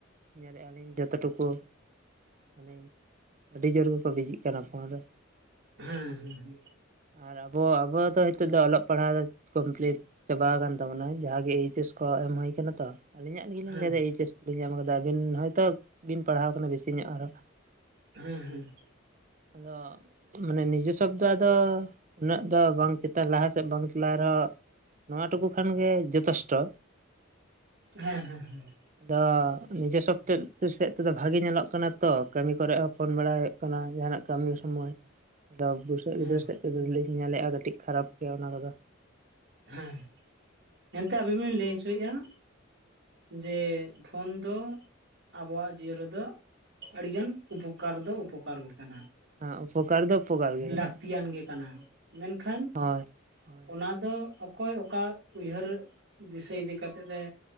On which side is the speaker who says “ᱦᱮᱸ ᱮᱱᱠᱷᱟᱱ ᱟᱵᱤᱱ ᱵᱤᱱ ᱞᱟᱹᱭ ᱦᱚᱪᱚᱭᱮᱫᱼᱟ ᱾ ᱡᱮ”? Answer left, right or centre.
Right